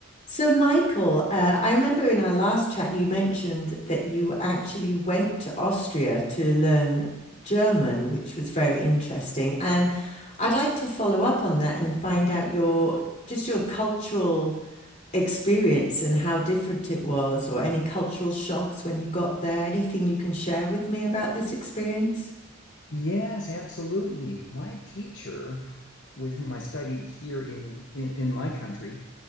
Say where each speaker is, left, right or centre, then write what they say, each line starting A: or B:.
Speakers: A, on the left; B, on the left.
A: So, Michael, uh, I remember in our last chat you mentioned that you actually went to Austria to learn German, which was very interesting. And I'd like to follow up on that and find out your just your cultural experience and how different it was, or any cultural shocks when you got there. Anything you can share with me about this experience?
B: Yes, absolutely. My teacher, with whom I studied here in the in, in my country,